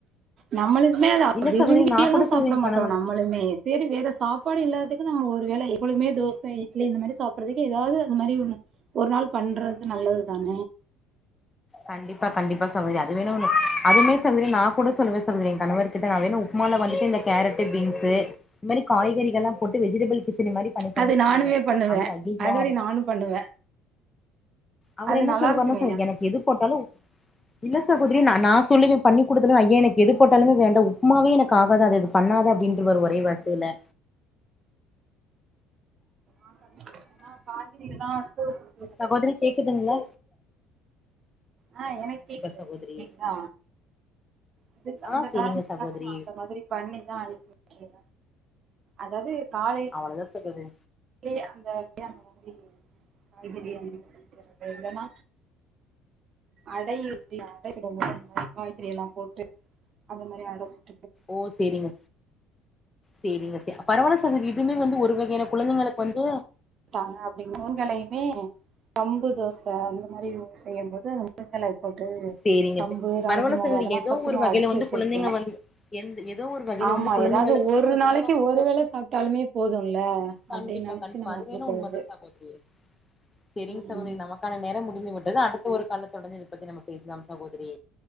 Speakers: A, on the right; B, on the left.
A: நம்மளுக்குமே அத
B: இல்ல
A: விரும்பியல்லா
B: சகோதரி நா கூட
A: சாப்ட
B: சொல்லுவே என்
A: மாட்டோ
B: கணவர்
A: நம்மளுமே சரி வேற சாப்பாடு இல்லாதுக்கு நம்ம ஒரு ஒரு வேள எப்பொழுதுமே தோச இட்லி இந்த மாரி சாப்றதுக்கு எதாது இந்த மாரி <unintelligible> ஒரு நாள் பண்றது நல்லது தான
B: கண்டிப்பா கண்டிப்பா சகோதரி அது வேணு அதுமே சகோதரி நா கூட சொல்வே சகோதரி எ கணவர்கிட்ட நா வேணா உப் உப்மால வந்துட்டு இந்த கேரட்டு பீன்ஸு இது மாரி காய்கறிகள்லா போட்டு வெஜிடபிள் கிச்சடி மாரி பண்ணி தரே
A: அது நானுமே
B: சொல்லுவே
A: பண்ணுவே
B: அவரு ஐயைய
A: அது மாரி
B: அதல்லா
A: நானு பண்ணுவே
B: அவர்
A: அது
B: என்ன
A: நல்லா
B: சொல்லுவாருனா
A: இருக்குமே
B: சகோதரி எனக்கு எது போட்டாலு இல்ல சகோதரி நா சொல்லுவே பண்ணி குடுத்தறவே ஐயே எனக்கு எது போட்டாலுமே வேண்டா உப்மாவே எனக்கு ஆகாது அது பண்ணாது அப்டின்ருவாரு ஒரே வார்த்தைல
A: <unintelligible> காய்கறிகள்லா ஸ்கூல் குடுக்
B: சகோதரி கேக்குதுங்ளா
A: அ எனக்கு கேக்குது
B: சகோதரி
A: உங்களுக் கேக்குதா அதுக் அந்த
B: ஆ செரிங்க
A: காரணத்துக்காக
B: சகோதரி
A: நா அந்த மாதிரி பண்ணிதா அனுப்பி விட்ருவே அதாது காலை
B: அவளதா சகோதரி
A: <unintelligible> அந்த அப்ப <inaudible> வந்து காய்கறி மிக்சி ஜார் இல்லன்னா அடை இருக்ல அடை சுடுவோம்ல <unintelligible> காய்கறி எல்லா போட்டு அந்த மாரி அட சுட்
B: ஒ செரிங்க செரிங்க ச பரவால சகோதரி இதுமே வந்து ஒரு வகையான குழந்தைங்களுக் வந்து
A: ட்டாங்க அப்டின் உங்களையிமே கம்பு தோச அந்த மாரி செய்யு போது அந்த முருங்க எல போட்டு
B: செரிங்க
A: கம்பு
B: ச
A: ராகிமாவு
B: பரவால்ல சகோதரி
A: அதெல்லா
B: ஏதோ
A: சத்துமா
B: ஒரு வகையில
A: அடிச்சு
B: வந்து
A: வச்சிருக்கே
B: குழந்தைங்க வந்து எந்த ஏதோ ஒரு வகையில
A: ஆமா
B: வந்து குழந்தைங்களுக்கு
A: ஏதாவது ஒரு
B: வந்து அந்த
A: நாளைக்கு
B: உணவ வந்து
A: ஒரு வேள சாப்டாலுமே போதும்ல
B: கண்டிப்பா
A: அப்டின்னு நெனச்சு
B: கண்டிப்பா
A: நம்ம
B: அது
A: குடுக்குறது
B: வேணா உண்மதா சகோதரி சரிங்
A: ம்
B: சகோதரி
A: ம்.
B: நமக் நமக்கான நேரோ முடிந்து விட்டது அடுத்த ஒரு கால தொடர்ந்து இத பத்தி நம பேசலா சகோதரி